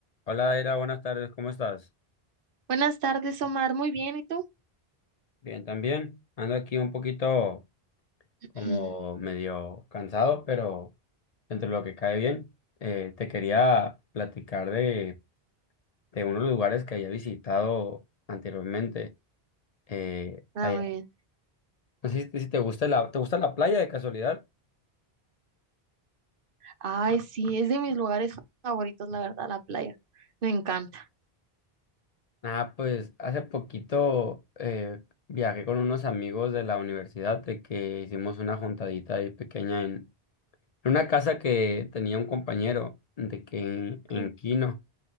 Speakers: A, on the left (about 50°); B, on the right (about 60°).
A: Hola, Era, buenas tardes, ¿cómo estás?
B: Buenas tardes, Omar. Muy bien, ¿y tú?
A: Bien, también. Ando aquí un poquito como
B: Ujú.
A: medio cansado, pero entre lo que cae bien, Eh, te quería platicar de, de unos lugares que había visitado anteriormente. eh,
B: Ah,
A: allá.
B: muy bien.
A: No sé si, si te gusta la, ¿te gusta la playa de casualidad?
B: Ay, sí, es de mis lugares favoritos, la verdad, la playa. Me encanta.
A: Ah, pues hace poquito eh, viajé con unos amigos de la universidad de que hicimos una juntadita ahí pequeña En una casa que tenía un compañero de que en,
B: Ok,
A: en Quino